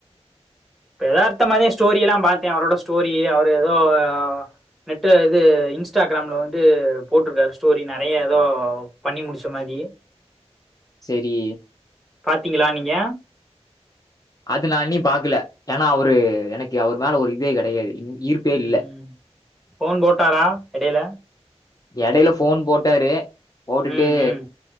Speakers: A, in the centre; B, on the left.
A: எதார்த்த மாதேன் ஸ்டோரி எல்லா பாத்தே அவரோட ஸ்டோரி அவரு எதோ அ வ நெட்டு இது இன்ஸ்டாகிராம்ல வந்துட்டு போட்ருக்காரு ஸ்டோரி நறைய எதோ பண்ணி முடிச்ச மாரி
B: செரி
A: பாத்தீங்களா நீங்க
B: அது நா இன்னி பாக்கல ஏன்னா அவரு எனக்கு அவர் மேல ஒரு இதே கடையாது ஈர்ப்பே இல்ல
A: ம் ஃபோன் போட்டாரா எடைல
B: எடைல ஃபோன் போட்டாரு போட்டுட்டு
A: ம் ம்